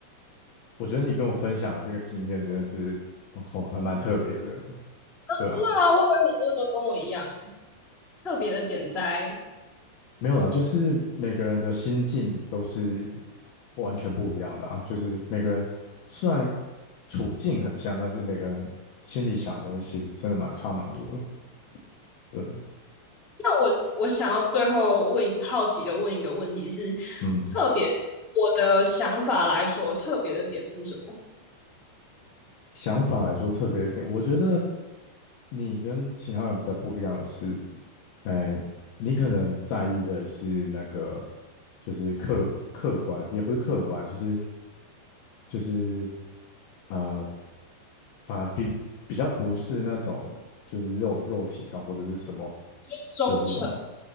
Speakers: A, on the left; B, in the centre.
A: 我觉得你跟我分享的这个经验真的是，哦，还蛮特别的，对啊，
B: 真的吗？我以为很多人都跟我一样。特别的点在，
A: 没有啦，就是每个人的心境都是完全不一样的啊，就是每个人虽然处境很像，但是每个人心里想的东西其实真的蛮差蛮多的，对，
B: 那我我想要最后问好奇的问一个问题是，
A: 嗯，
B: 特别我的想法来说，特别的点是什么？
A: 想法来说特别一点，我觉得你跟其他人比较不一样的是，呃，你可能在意的是那个，就是客客观，也不是客观，就是就是呃，反而并比较不是那种就是肉肉体上或者是什么
B: 就是忠诚。
A: 的这种。